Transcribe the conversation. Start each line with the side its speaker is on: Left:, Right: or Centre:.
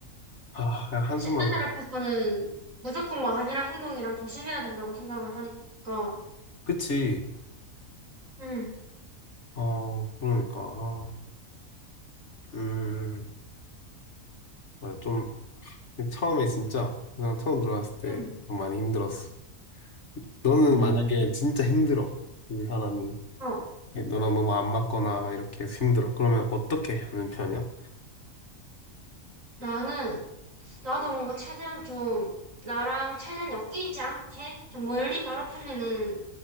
Left: 아 그냥 한숨만
Right: 혹시 회사를
Left: 나.
Right: 펴서는 무조건 막 아니라 행동이랑 조심해야 된다고 생각을 하니까.
Left: 그치.
Right: 응,
Left: 어 그러니까 아, 음 맞아. 좀 처음에 진짜 그 사람 처음 들어갔을 때
Right: 응,
Left: 좀 많이 힘들었어. 너는
Right: 음.
Left: 만약에 진짜 힘들어. 그 사람이
Right: 어,
Left: 너랑 너무 안 맞거나 이렇게 해서 힘들어. 그러면 어떻게 하는 편이야?
Right: 나는, 나도 뭔가 최대한 좀, 나랑 최대한 엮이지 않게, 좀 멀리 떨어뜨리는